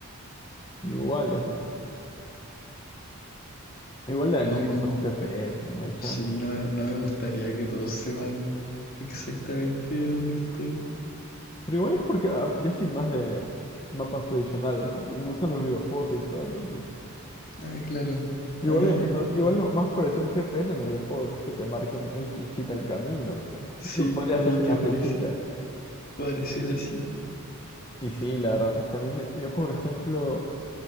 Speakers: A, on the left; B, on the left.
A: Igual esa. Igual la de
B: Como
A: nunca
B: que no,
A: usar un GPS, no hay chance.
B: sí, no, me- no me gustaría que todos sepan exactamente dónde estoy.
A: Pero igual es porque ah, yo soy más de mapas tradicionales, ¿no? Porque me gustan los videojuegos y todo, entonces.
B: Ah, claro.
A: Igual,
B: A mí,
A: el- o- igual
B: co-
A: lo más parecido a un GPS en los videojuegos es que te marquen el flechita el camino, pero
B: sí,
A: lo podría
B: como
A: hacer sin
B: que
A: la
B: aparece,
A: flechita.
B: parecer así.
A: Y sí, la verdad es que a mí me... Yo, por ejemplo,